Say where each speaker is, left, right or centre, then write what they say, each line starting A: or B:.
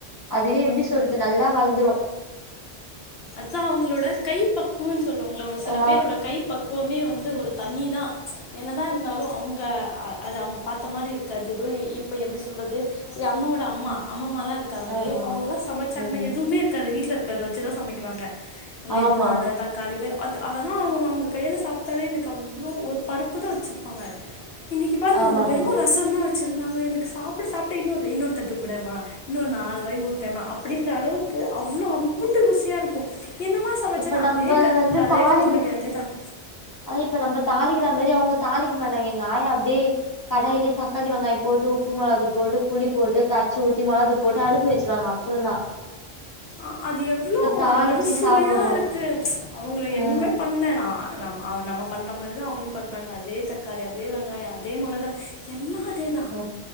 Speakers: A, on the left; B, on the left.
A: அது எப்டி சொல்றது நல்லா வளந்துரும்
B: அதா அவங்களோட கைப்பக்குவன்னு சொல்லுவாங்கல்ல ஒரு சில
A: ஆ
B: பேரோட கைப்பக் எப்போமே வந்து ஒரு தனி தா என்னதா இருந்தாலும் அவங்க அது அவங்க பாத்த மாறி இருக்காது எதோ இப் எப்டி சொல்றது ஏ அம்மோட அம்மா அம்மம்மாலாம் இருக் இருக்காங்களே
A: ஆ ஆ
B: அவங்கல்லாம் சமச்சாங்கன்னா
A: ம்
B: எதுவுமே இருக்காது வீட்ல இருக்கறத வச்சுதான் சமைக்கறாங்க வெரும்
A: ஆமா
B: அந்த தட் காளிவர் அது அதா அவங்க அவங்க கையால சாப்டாவே எனக்கு அவ்ளோ ஒரு பருப்புதா வச்சிருப்பாங்க இன்றைக்கி பாருங்க
A: ஆமா
B: அவங்க வெறும்
A: ஆமா
B: ரசம் தான் வச்சுருந்தாங்க எனக்கு சாப்ட சாப்ட இன்னொரு இன்னொரு தட்டு குடேமா இன்னொ நாலு வாய் ஊட்டமா அப்டின்ற அளவுக்கு அவ்ளோ அம்புட்டு ருசியா இருக்கும் என்னமா என்ன சமச்சன
A: இப்ப நம்ப
B: அதே கருவப்பல்ல
A: வந்து
B: அதெ
A: தாளிக்கு
B: கொத்தமல்லி அதேதான்
A: அதா இப்ப நம்ம தாளிக்கிறா மாரி அவங்க தாளிக்க மாட்டாங்க எங்க ஆயா அப்டியே கடாய்லேயே தக்காளி வெங்காய போட்டு உப்பு மொளகா‌தூள் போட்டு புளி போட்டு கரச்சி ஊத்தி மொழவா தூள் போட்டு அடுப்புல வச்சிருவாங்க அப்றம் தா
B: ஆ அது எவ்ளோ
A: தாளிச்சு
B: அறுசுவையா
A: சாப்புட்றோ
B: இருக்கு அவங்கள
A: ஆ
B: என்னமே பண்ல நா நம் நம்ம பண்ற மாறி தா அவங்களும் பண்றாங்க அதே தக்காளி அதே வெங்காயம் அதே மொளகா எல்லா அதே தா
A: ஆ